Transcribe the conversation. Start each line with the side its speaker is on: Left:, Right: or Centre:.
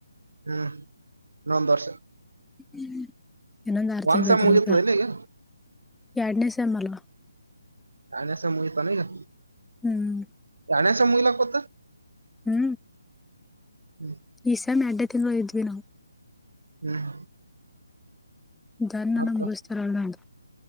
Right: ಹ ಇನೊಂದ ವರ್ಷ.
Centre: ಹು ಇನ್ನೊಂದ ಆರು
Right: ಒಂದ್
Centre: ತಿಂಗಳು
Right: ಸೆಮ್
Centre: ಇದ್ರ
Right: ಮುಗೀತದ
Centre: ಕಲ್ಲ
Right: ಇಲ್ಲ ಈಗ
Centre: ಎರಡನೇ ಸೇಮ್ ಅಲ್ಲ.
Right: ಯಾಡನೆ ಸೇಮ್ ಮುಗಿತನ ಇಗ
Centre: ಹ್ಮ್
Right: ಯಾಡನೆ ಸೇಮ್ ಮುಗಿಲಾಕುಂತ.
Centre: ಹು
Right: ಹ್ಮ್
Centre: ಈ ಸೇಮ್ ಯಾಡನೇ ತಿಂಗಳ ಇದ್ವಿ ನಾವು.
Right: ಹು
Centre: ಇದ್ದಾರ.
Right: ಮತ್ತ
Centre: ಬಿಸ್ರಲ್ಲಾದು.